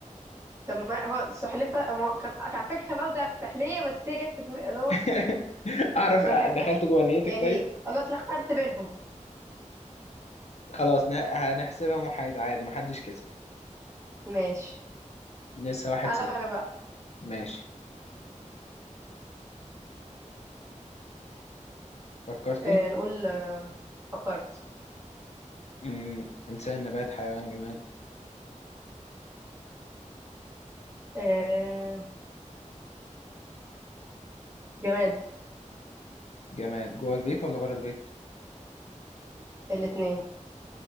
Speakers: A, on the right; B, on the left.
A: طب ما ما السحلفة ما هو كان على فكرة كان قصدي على السحلية بس هي جت في دماغي انا قلت
B: <laughs>
A: س-
B: أعرف
A: سلحفة
B: آه، دخلت جوه نيتك
A: يعني
B: طيب
A: انا اتلخبطت بينهم
B: خلاص ن- هنحسبها محايدة عادي محدش كسب
A: ماشي
B: لسه واحد
A: قلب
B: صفر
A: انا بقى
B: ماشي فكرتي
A: آه نقول آه فكرت
B: مم. إنسان نبات حيوان جماد
A: آه جماد
B: جماد جوه البيت ولا بره البيت
A: الاتنين